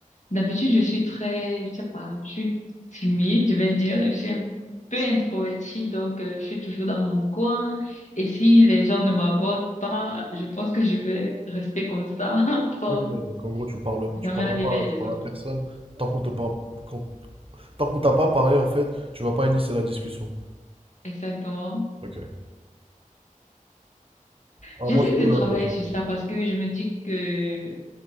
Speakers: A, on the left; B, on the right.
A: d'habitude je suis très, je sais pas, je suis timide, je vais dire, je suis un peu introvertie donc euh, je suis toujours dans mon coin et si les gens ne m'abordent pas, je pense que je vais rester comme ça <laughs> sans
B: Ok, donc en gros, tu parles,
A: jamais
B: tu parles
A: aller
B: pas,
A: vers
B: tu
A: les
B: parles
A: autres.
B: à personne. Tant qu'on te par- quand- tant qu'on t'a pas parlé, en fait, tu vas pas initier la discussion.
A: Exactement.
B: Ok. Ah,
A: J'essaie
B: moi, c'est tout
A: de
B: l'inverse,
A: travailler
B: en
A: sur
B: fait.
A: ça parce que je me dis que